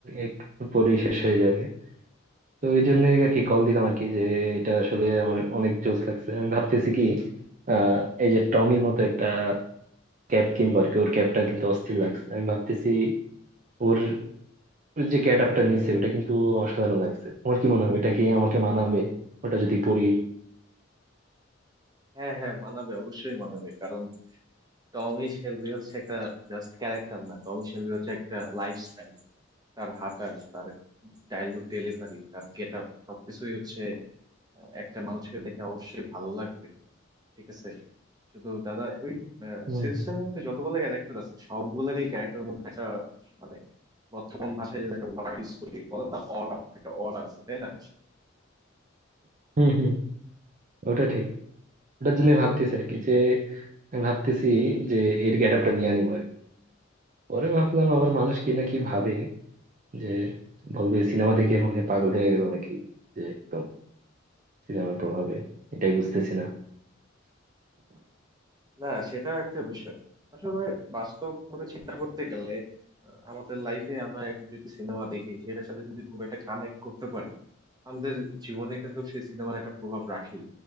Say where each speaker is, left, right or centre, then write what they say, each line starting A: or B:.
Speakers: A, on the right; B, on the right.
A: একটু পরেই শেষ হয়ে যাবে তো এই জন্য আর কি কল দিলাম আর কি যে এটা আসলে আমার অনেক জোশ লাগছে আমি ভাবতেছি কি আহ এই যে টমির মতো একটা ক্যাপ কিনবো আর কি ওর ক্যাপটা কিন্তু অস্থির লাগছে আমি ভাবতেছি ওর ওর যে গেট আপটা নিছে ওটা কিন্তু অসাধারণ লাগছে তোমার কি মনে হয় ওইটা কি আমাকে মানাবে ওটা যদি পরি
B: হ্যাঁ হ্যাঁ মানাবে অবশ্যই মানাবে কারণ টমি শেলবি হচ্ছে একটা জাস্ট ক্যারেক্টার না টমি শেলবি হচ্ছে একটা লাইফস্টাইল তার হাঁটা তার ডায়লগ ডেলিভারি তার গেট আপ সবকিছুই হচ্ছে আহ, একটা মানুষকে দেখে অবশ্যই ভালো লাগবে ঠিক আছে শুধু দাদা ওই
A: হুম
B: সিরিজটার
A: হুম
B: মধ্যে যতগুলো ক্যারেক্টার আছে সবগুলোরই ক্যারেক্টার মধ্যে একটা মানে বর্তমান ভাষায় যেটা একটা ওয়ার্ড ইউজ করি বলে না অরা একটা অরা আছে তাই না
A: হুম হুম ওটা ঠিক ওটার জন্য ভাবতেছি আর কি যে আমি ভাবতেছি যে এর গেট আপটা নিয়ে আনিবো আর কি। পরে ভাবলাম আবার মানুষ কি নাকি ভাবে যে বলবে সিনেমা দেখে মনে হয় পাগল হয়ে গেল নাকি যে একদম সিনেমার প্রভাবে এটাই বুঝতেছি না
B: না সেটা একটা বিষয় আসলে বাস্তব ভাবে চিন্তা করতে গেলে আহ, আমাদের লাইফে আমরা একটা যদি সিনেমা দেখি সেটার সাথে যদি খুব একটা কানেক্ট করতে পারি আমাদের জীবনে কিন্তু সেই সিনেমার একটা প্রভাব রাখে